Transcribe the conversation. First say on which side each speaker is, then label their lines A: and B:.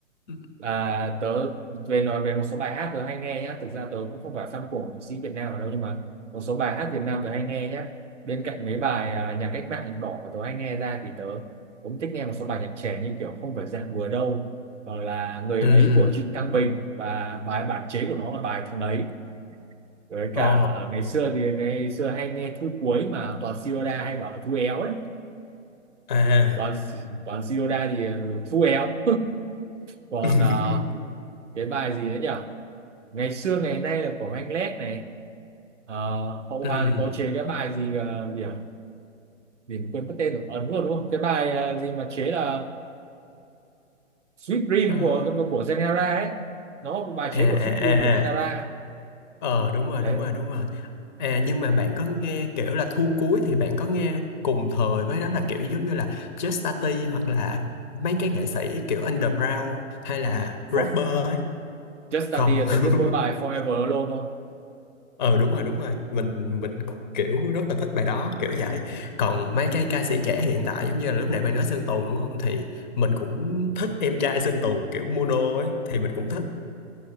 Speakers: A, on the left (about 35°); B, on the right (about 65°).
A: ừ
B: à, tớ về nói về một số bài hát tớ hay nghe nhá thực ra tớ cũng không phải fan của nghệ sĩ Việt Nam ở đâu nhưng mà một số bài hát Việt Nam tớ hay nghe nhá bên cạnh mấy bài à, nhạc cách mạng nhạc đỏ mà tớ hay nghe ra thì tớ cũng thích nghe một số bài nhạc trẻ như kiểu không phải dạng vừa đâu hoặc là người
A: ừ
B: ấy
A: ừ
B: của Trịnh Thăng Bình và bài bản chế của nó là bài thằng ấy với
A: ờ
B: cả ngày xưa thì ngày xưa hay nghe thu cuối mà toàn Sirona hay bảo là thu éo đấy
A: à
B: còn còn Shinoda thì thu éo còn
A: <laughs>
B: ờ, cái bài gì nữa nhỉ ngày xưa ngày nay là của anh Lét này Ờ, Hậu
A: Ừm,
B: Hoàng thì có chế cái bài gì ờ, gì à gì mà quên mất tên rồi ấn luôn đúng không cái bài ờ, gì mà chế là Sweet Dream
A: ờ,
B: của của Genera ấy nó một bài
A: à
B: chế của
A: à
B: Sweet
A: à
B: Dream
A: à.
B: của Genera
A: Ờ đúng rồi,
B: đấy
A: đúng rồi, đúng rồi. À nhưng mà bạn có nghe kiểu là thu cuối thì bạn có nghe cùng thời với đó là kiểu giống như là Just Tati hoặc là mấy cái nghệ sĩ kiểu underground hay là rapper
B: for
A: ấy.
B: Just Started
A: Không. <laughs>
B: tớ biết mỗi bài Forever Alone thôi
A: Ờ đúng rồi, đúng rồi. Mình mình kiểu rất là thích bài đó kiểu vậy. Còn mấy cái ca sĩ trẻ hiện tại giống như là lúc nãy bạn nói Sơn Tùng đúng không? Thì mình cũng thích em trai Sơn Tùng kiểu mono ấy thì mình cũng thích.